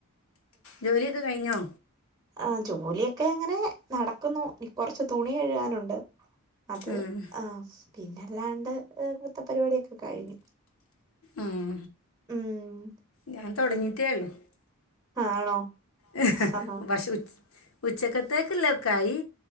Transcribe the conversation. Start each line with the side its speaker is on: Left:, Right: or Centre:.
Left: ജോലിയൊക്കെ കഴിഞ്ഞോ.
Right: ആഹ് ജോലിയൊക്കെ അങ്ങനെ നടക്കുന്നു. കൊർച്ച് തുണി കഴുകാനുണ്ട് അത്
Left: ഉം
Right: ആഹ്. പിന്നല്ലാണ്ട് നൃത്ത പരിപാടിയൊക്കെ കഴിഞ്ഞു.
Left: ഉം
Right: ഉം
Left: ഞാൻ തൊടങ്ങിട്ടേള്ളു.
Right: പിൻ ആണോ.
Left: ഹ്, ഹ്
Right: ആ
Left: പക്ഷെ ഉച്ച ഉച്ചക്കത്തേക്ക് ഇല്ലേക്കായി.